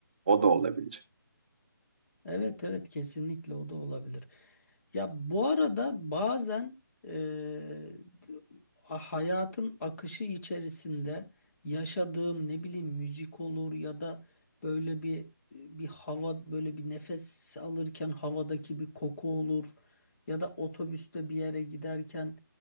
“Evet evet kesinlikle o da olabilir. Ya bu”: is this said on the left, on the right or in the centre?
Left